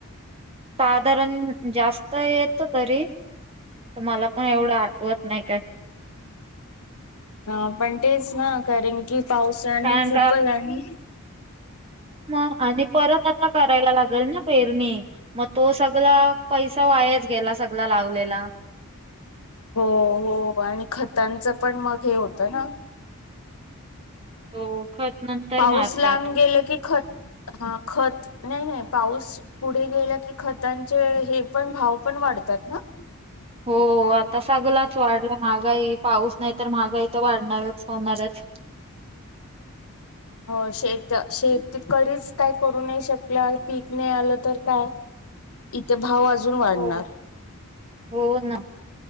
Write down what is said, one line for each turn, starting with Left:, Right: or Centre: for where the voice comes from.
Right: साधारण जास्त येतो तरी मला पण एवढं आठवत नाही काय
Left: हा पण तेच ना कारण की पावसाने
Right: कारण
Left: खूपच आणि
Right: म आणि परत आता करायला लागेल ना पेरणी मग तो सगळा पैसा वायाच वायाच गेला सगळ लावलेला
Left: हो हो आणि खतांचं पण मग हे होतं ना
Right: हो खत नंतर
Left: पाऊस
Right: मारतात
Left: लांब गेलं की खत हा खत नाही नाही पाऊस पुढे गेला की खतांचे हे पण भाव पण वाढतात वाढतात ना
Right: हो आता सगलाच वाढलं महागाई पाऊस नाही तर महागाई तर वाढणारच होनाराच
Left: हो शेत शेतकरीच काय करू नाही शकला आणि पीक नाही आलं तर काय इथे भाव अजून वाढणार
Right: हो हो ना